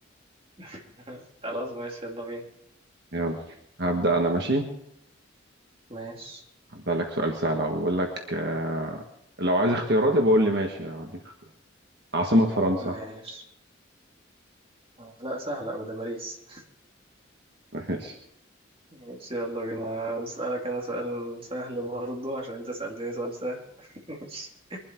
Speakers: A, on the right; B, on the right.
A: <laughs> خلاص ماشي يلا بينا
B: يلا هبدا انا ماشي
A: ماشي
B: هبدا لك سؤال سهل أهو. بقول لك آه، لو عايز اختياراتي بقول لي ماشي هديك اختيار عاصمه فرنسا
A: ماشي آه، لا سهله أوي ده باريس
B: <laughs> ماشي
A: <laughs> ماشي يلا بينا اسالك انا سؤال سهل برضه عشان انت سالتني سؤال سهل <laughs> ماشي.